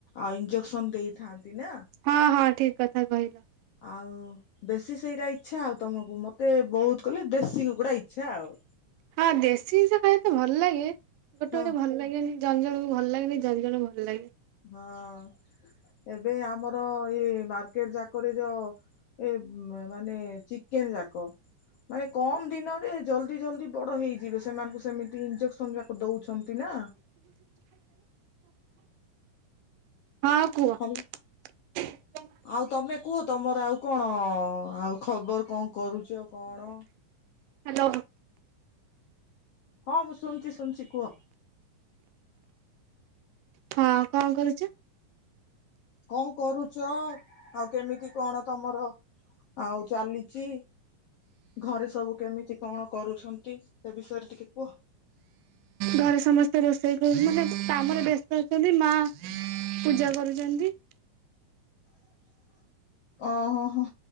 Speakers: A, on the left; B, on the right.
A: ଆଉ ଇଞ୍ଜେକ୍ସନ ଦେଇଥାନ୍ତି। ନା
B: ହଁ ହଁ ଠିକ କଥା କହିଲ।
A: ଆଉ ବେଶୀ ସେଇଟା ଇଛା ଆଉ ତମକୁ। ମତେ ବହୁତ କଲେ ଦେଶୀ କୁକୁଡା ଇଛା ଆଉ।
B: ହଁ ଦେଶୀ ଜିନିଷ ଖାଇବା ତ ଭଲ ଲାଗେ ଗୋଟେ ଗୋଟେ
A: ହଁ
B: ଭଲ ଲାଗେନି ଜନଜଣକୁ। ଭଲ ଲାଗେନି ଜନଜଣ ଙ୍କୁ ଭଲ ଲାଗେ।
A: ହଁ ଏବେ ଆମର ଇଏ ମାର୍କେଟ ଯାକରେ ଯ ଏ ମାନେ ଚିକେନ ଯାକ ମାନେ କମ ଦିନରେ ଜଲଦି ଜଲଦି ବଡ ହେଇଯିବେ ସେମାନଙ୍କୁ ସେମିତି ଇଜେ ସନ୍ଦ୍ୟ ତ ଦଉଛନ୍ତି ନା।
B: ହଁ କୁହ।
A: କାଲି।
B: <inaudible>
A: ଆଉ ତମେ କୁହ ତମର ଆଉ କଣ ଆଉ ଖବର କଣ କରୁଛ କଣ।
B: ହାଲୋ।
A: ହଁ ମୁଁ ଶୁଣୁଛି ଶୁଣୁଛି କୁହ।
B: ହଁ କଣ କରୁଛ।
A: କଣ କରୁଛ ଆଉ କେମିତି କଣ ତମର ଆଉ ଚାଲିଛି। ଘରେ ସବୁ କେମିତି କଣ କରୁଛନ୍ତି ସେ ବିଷୟରେ ଟିକେ କୁହ।
B: ଘରେ ସମସ୍ତେ ରୋଷେଇ ମାନେ କାମରେ ବ୍ୟସ୍ତ ଅଛନ୍ତି ମା ପୂଜା କରୁଛନ୍ତି।
A: ଓହୋ ହୋ